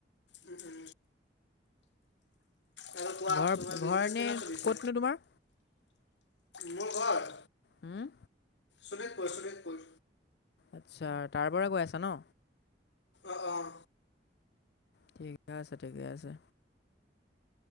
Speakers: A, on the left; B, on the left.
A: উম আৰু কোৱা
B: ঘৰ
A: তোমাৰ
B: ঘৰ
A: বিজনেছ কেনে
B: নে
A: চলিছে
B: ক'তনো তোমাৰ?
A: মোৰ ঘৰ
B: হুম?
A: শুনিতপুৰ শুনিতপুৰ
B: আচ্ছা তাৰ পৰা কৈ আছা ন?
A: আহ
B: ঠিকে আছে ঠিকে আছে।